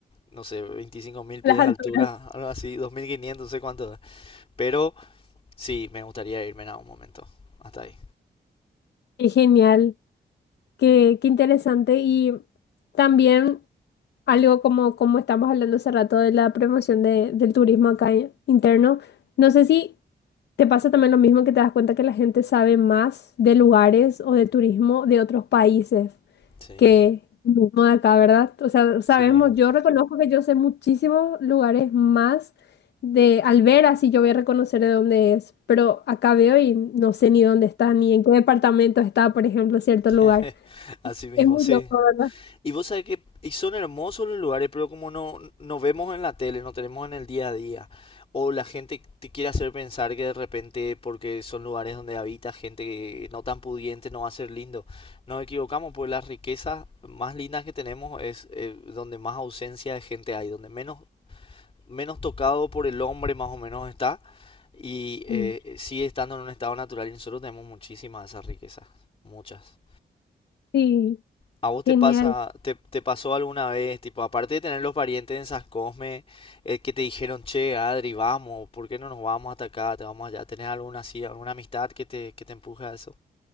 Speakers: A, on the left (about 35°); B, on the left (about 80°).
A: no sé, 25.000 pies
B: Las alturas.
A: de altura, algo así, 2.500, no sé cuánto. Pero sí, me gustaría irme en algún momento. Hasta ahí.
B: Qué genial, qué, qué interesante. Y también algo como, como estamos hablando hace rato de la promoción de- del turismo acá i- interno. No sé si te pasa también lo mismo que te das cuenta que la gente sabe más de lugares o de turismo de otros países.
A: Sí,
B: que el mismo de acá, ¿verdad? O sea, sabemos,
A: así mismo.
B: yo reconozco que yo sé muchísimos lugares más de al ver así yo voy a reconocer de dónde es, pero acá veo y no sé ni dónde está, ni en qué departamento está, por ejemplo, cierto lugar.
A: <laughs> Así mismo,
B: Es muy
A: sí.
B: loco, ¿verdad?
A: Y vos sabés que y son hermosos los lugares, pero como no, no vemos en la tele, no tenemos en el día a día, o la gente te quiere hacer pensar que de repente, porque son lugares donde habita gente que no tan pudiente, no va a ser lindo. Nos equivocamos, pues las riquezas más lindas que tenemos es eh, donde más ausencia de gente hay, donde menos, menos tocado por el hombre más o menos está, y eh,
B: Sí.
A: sigue estando en un estado natural, y nosotros tenemos muchísimas de esas riquezas, muchas.
B: Sí,
A: ¿A vos te
B: genial.
A: pasa, te, te pasó alguna vez, tipo, aparte de tener los parientes en San Cosme, eh, que te dijeron, che, Adri, vamos, ¿por qué no nos vamos hasta acá? Te vamos allá, ¿tenés alguna así, alguna amistad que te, que te empuje a eso?